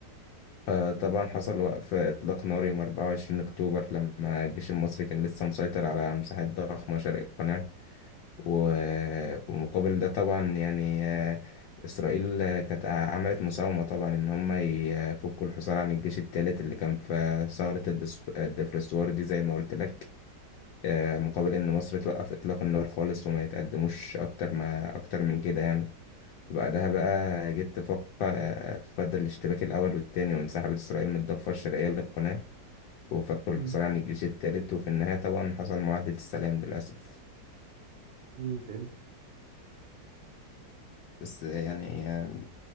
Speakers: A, on the left; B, on the right.
A: آه، طبعا حصل وقف إطلاق نار يوم 24 أكتوبر لما الجيش المصري كان لسه مسيطر على مساحات ضخمة شرق القناة و- ومقابل ده طبعا يعني آه، إسرائيل آه، كانت عملت مساومة طبعا إن هم يفكوا الحصار عن الجيش الثالث اللي كان في ثغرة الدس- الدفرسوار دي زي ما قلت لك آه، مقابل إن مصر توقف إطلاق النار خالص وما يتقدموش أكتر ما أكتر من كده يعني وبعدها بقى جيت تفق آه، فضل الاشتباك الأول والتاني وانسحبت إسرائيل من الضفة الشرقية للقناة وفكوا
B: مم.
A: الحصار عن الجيش التالت وفي النهاية طبعا حصل معاهدة السلام للأسف
B: مم. فهمتك
A: بس آه، يعني آه،